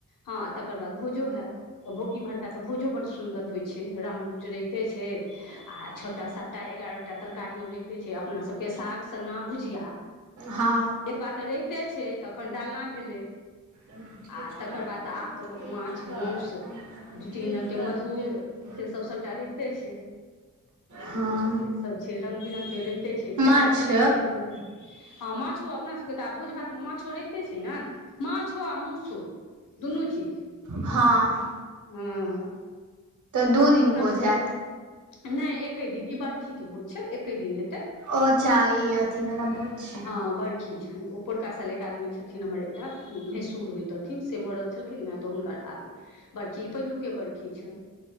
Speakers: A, on the left (about 70°); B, on the right (about 65°).
A: हँ तकर बाद भोजो हैत। तऽ भो इम्हरका तऽ भोजो बड्ड सुन्दर होइ छै, राम रूच रहिते छै छय। आ छअटा, सातटा एगारह टा तरकारियो रहितै छै, अपना सबके साग, सन्ना, भुजिया।
B: हँ
A: एतबा तऽ रहिते छैय तखन डालना भेलै।
B: मुठिये
A: आ
B: चूड़ा
A: तकर
B: मुठिये
A: बाद तऽ आब तऽ लोक माछ
B: चूड़ा
A: माउस
B: मुठिये
A: दू तीन रङ्गके
B: चूड़ा
A: मधुर
B: मुठिये दही
A: से सब सबटा रहिते छैय
B: हँ
A: से सब से रंग बिरंग के रहिते छैय
B: माछ
A: खेनाइ-खेनाइ के तऽ कोनो हँ माछो अपना सभके तऽ आब भोज-भात में माछो रहिते छैय न माछो आ मउसो दुनू चीज।
B: हाँ।
A: हूँ
B: दू
A: आब अपना
B: दिन भोज
A: सब
B: हैत
A: के नहि एके दिन ई बरखी के भोज छैय एके दिन हेतै।
B: ओ अच्छा ई अथीवला भोज
A: हँ बड़खी छैन ओ पोरका साल एक आदमी छथिन हमर एकटा भैसुर होइत तथिन से मरल छलखिन हैं तऽ हुनकर आबे बरखी ई पहिलुके बरखी छैन।